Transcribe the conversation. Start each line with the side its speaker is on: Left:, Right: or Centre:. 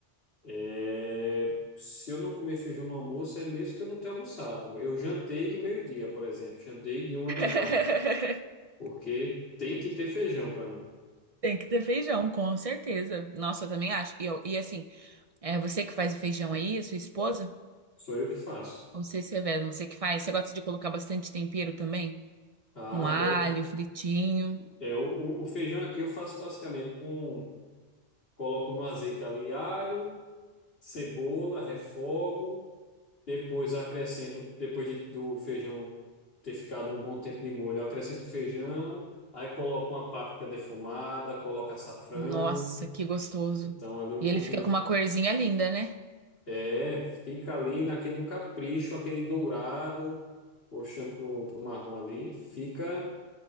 Left: É, Se eu não comer feijão no almoço, é mesmo que eu não tenha almoçado. Eu jantei de meio-dia, por exemplo. Jantei de uma
Right: <laughs>
Left: da tarde. Porque tem que ter feijão para mim.
Right: Tem que ter feijão, com certeza. Nossa, eu também acho. E, eu- e assim, é você que faz o feijão aí, a sua esposa?
Left: Sou eu que faço.
Right: Ou você, Severo, você que faz? Você gosta de colocar bastante tempero também?
Left: Ah,
Right: Um alho
Left: boto.
Right: fritinho.
Left: É, o, o o feijão aqui eu faço basicamente com. Coloco no azeite ali alho. cebola, refogo, depois acrescento, depois de- do feijão ter ficado um bom tempo de molho, eu acrescento o feijão, aí coloco uma páprica defumada, coloco açafrão,
Right: Nossa, que gostoso.
Left: então ali um
Right: E
Left: pouquinho,
Right: ele fica com uma corzinha linda, né?
Left: é, fica ali naquele no capricho, aquele dourado, puxando pro, pro marrom ali, fica,